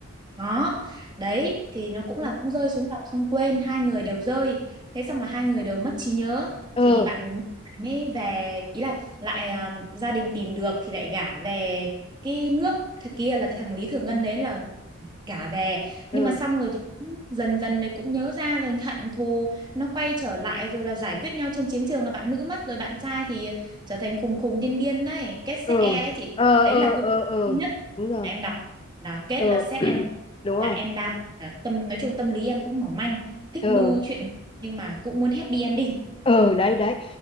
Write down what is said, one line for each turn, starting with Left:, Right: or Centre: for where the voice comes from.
Right: Đó. Đấy, thì nó cũng là
Left: ừ
Right: cũng rơi xuống dòng sông quên. Hai người đều rơi. Thế xong là hai người đều mất trí nhớ.
Left: ờ
Right: Thì bạn mới về, ý là lại à, gia đình tìm được thì lại gả về cái nước thật kia là cái thằng Lý Thừa Ngân đấy là cả về nhưng
Left: ừ
Right: mà xong rồi thì cũng dần dần này cũng nhớ ra rồi hận thù nó quay trở lại rồi là giải quyết nhau trên chiến trường là bạn nữ mất rồi bạn trai thì trở thành khùng khùng điên điên đấy kết
Left: ừ
Right: set e đấy chị
Left: ờ
Right: đấy
Left: ờ
Right: là cũng
Left: ờ ờ
Right: duy nhất
Left: đúng rồi
Right: mà em đọc là kết
Left: ờ
Right: là set
Left: <clears throat>
Right: em
Left: đúng rồi
Right: là em đa phần là tâm nói chung tâm lý em cũng mỏng manh thích
Left: ờ
Right: đu chuyện nhưng mà cũng muốn happy ending
Left: ừ đấy đấy